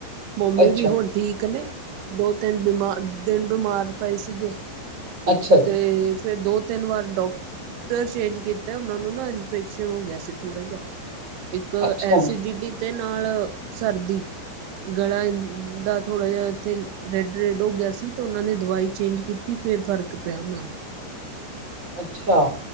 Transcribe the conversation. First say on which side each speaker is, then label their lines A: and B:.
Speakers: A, on the right (about 85°); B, on the right (about 20°).
A: ਮੰਮੀ
B: ਅੱਛਾ
A: ਵੀ ਹੁਣ ਠੀਕ ਨੇ। ਦੋ, ਤਿੰਨ ਬਿਮਾਰ, ਦਿਨ ਬਿਮਾਰ ਪਏ ਸੀਗੇ।
B: ਅੱਛਾ ਜੀ
A: ਤੇ, ਫੇਰ ਦੋ- ਤਿੰਨ ਵਾਰ, ਡਾਕਟਰ ਚੇਂਜ ਕੀਤਾ। ਉਹਨਾਂ ਨੂੰ, ਨਾ ਇਨਫੈਕਸ਼ਨ, ਹੋ ਗਿਆ ਸੀ। ਥੋੜਾ ਜਾਿਹਾ। ਇੱਕ
B: ਅੱਛਾ
A: ਐਸਡਿਟੀ, ਤੇ ਨਾਲ ਸਰਦੀ। ਗਲਾ, ਇ ਦਾ ਥੋੜਾ ਜਿਹਾ, ਇੱਥੇ ਰੈੱਡ- ਰੈਡ, ਹੋ ਗਿਆ ਸੀ। ਤੇ ਉਹਨਾਂ ਨੇ, ਦਵਾਈ ਚੇਂਜ ਕੀਤੀ। ਫੇਰ, ਫਰਕ ਪਿਆ, ਉਹਨਾਂ ਨੂੰ।
B: ਅੱਛਾ।